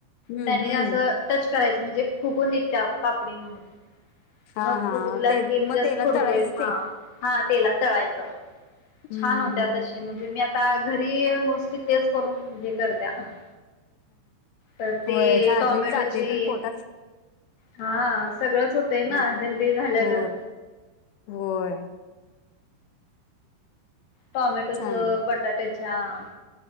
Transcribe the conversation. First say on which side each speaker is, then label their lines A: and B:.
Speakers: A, on the left (about 80°); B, on the left (about 65°).
A: हं,
B: त्यानी
A: हं.
B: असं टचऽऽ करायच म्हणजे फुगून येत त्या पापडी म्हणूनऽऽ
A: हां,
B: न
A: हां.
B: फूगला
A: ते
B: की मजे
A: मग
B: जसं
A: त्याला
B: कुरकुरीत,
A: तळायचं
B: हां.
A: ते.
B: हा तेलात तळायचं,
A: हं,
B: छान
A: हं,
B: होत्यात
A: हं,
B: तशी
A: हं.
B: म्हणजे मी आऽऽ आता घरी मोस्टली तेच करून हे करत्याऱ्यपऽऽ तर तेऽ
A: होय, खाल्ली
B: टॉमॅटोचीऽऽ
A: की जाते पण पोटात.
B: हा सगळंच होतय
A: हं.
B: ना हेल्दी झाल्या
A: होय,
B: गत
A: होय
B: टॉमॅटोचं,
A: चांगलं.
B: बटाट्याच्याऽऽ